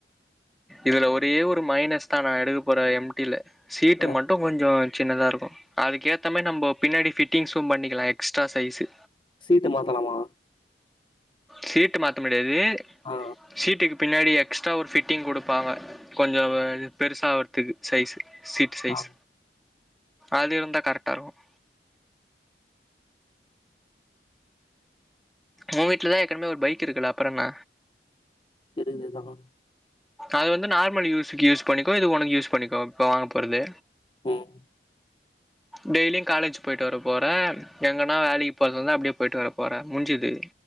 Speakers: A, in the centre; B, on the left.
A: இதுல ஒரே ஒரு மைனஸ் தான் நான் எடுக்க போறன் எம் டிில சீட்டு
B: என்ன
A: மட்டும் கொஞ்சம் சின்னதா இருக்கும் அதுக்கு ஏத்தமாதுரி நம்ம பின்னாடி பிட்டிங்ஸும் பண்ணிக்கலாம் எக்ஸ்ட்ரா சைஸு
B: சீட்டு மாத்தலாமா
A: சீட் மாத்தா இது
B: ஆ
A: சீட்டுக்கு பின்னாடி எக்ஸ்ட்ரா ஒரு ஃபிட்டிங் கொடுப்பாங்க கொஞ்சம் பெருசாக ஆகறதுக்கு சைஸு சீட் சைஸ்
B: ஆ
A: அது இருந்தா கரெக்டா இருக்கும் உன் வீட்லதான் ஏற்கனமே ஒரு பைக் இருக்குல்ல அப்புற என்ன
B: இருக்குது தான்
A: அது வந்து நார்மல் யூஸக்கு யூஸ் பண்ணிக்கோ இது உனக்கு யூஸ் பண்ணிக்கோ இப்ப வாங்க போறது
B: ம்
A: டெய்லிங் காலேஜ் போயிட்டு வர போறேன் எங்கனா வேலைக்கி போறதுந்தா அப்படியே போயிட்டு வரபோற முஞ்சுது